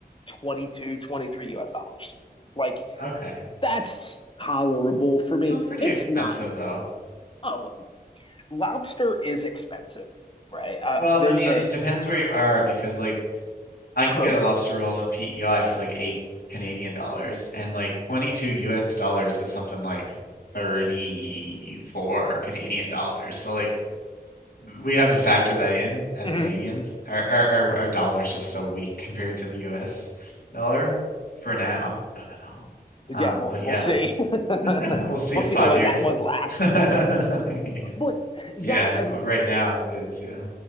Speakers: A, on the left; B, on the left.
A: 22, 23 US dollars. Like
B: okay,
A: that's tolerable for
B: it's still
A: me.
B: pretty
A: It's
B: expensive
A: not,
B: though.
A: oh, lobster is expensive, right? Uh,
B: Well,
A: there's
B: I mean,
A: a
B: it depends where you are because like. I
A: trope.
B: can get a lobster roll in PEI for like eight Canadian dollars, and like 22 US dollars is something like 34 Canadian dollars. So like we have to factor that in as
A: hmm
B: Canadians. Our our our, our dollar's just so weak compared to the US dollar for now. Don't know.
A: Yeah,
B: Um,
A: we'll
B: but yeah,
A: we'll see. <laughs>
B: <laughs> we'll see
A: We'll
B: in
A: see
B: five
A: how long
B: years.
A: that one lasts.
B: <laughs>
A: But yeah,
B: Yeah,
A: um
B: but right now it is. Yeah,